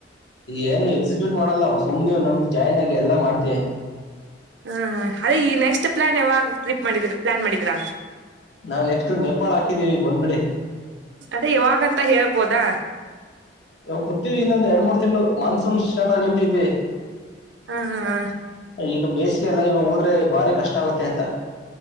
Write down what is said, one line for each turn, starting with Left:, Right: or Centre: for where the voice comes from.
Left: ಏನು ಎಕ್ಸಿಕ್ಯೂಟ್ ಮಾಡಲ್ಲ. ಸುಮ್ ನೀವು ನಮ್ಗ್ ಜಾಯನ್ ಆಗಿ ಎಲ್ಲ ಮಾಡ್ತೀವಿ.
Right: ಹ್ಮ ಅದೇ ಈ ನೆಕ್ಸ್ಟ್ ಪ್ಲಾನ್ ಯಾವಾಗ? ಮಾಡಿದೀರಾ ಪ್ಲಾನ್ ಮಾಡಿದೀರಾ?
Left: ನಾವವು ನೆಕ್ಸ್ಟ್ ನೇಪಾಳ ಹಾಕಿದ್ದೀವಿ ಬಂದ್ಬಿಡಿ.
Right: ಅದೇ ಯಾವಾಗಂತ ಹೇಳಬ ಬೋದಾ
Left: ಯಾವಾಗ ಬರ್ತೀವಿ ಇನ್ನೊಂದ ಎರಡ್ ಮೂರ್ ತಿಂ್ಳ ಮಾನ್ಸೂನ್ ಸ್ಟಾರ್ಟ್ ಆಗ್ಲಿಂತ ಐತಿ!
Right: ಹ ಹ
Left: ಈಗ ಬೇಸಿಗೆ ಎಲ್ಲ ಇವಾಗ ಹೋದ್ರೆ ಬಾರಿ ಕಷ್ಟ ಆಗುತ್ತೆ ಅಂತ.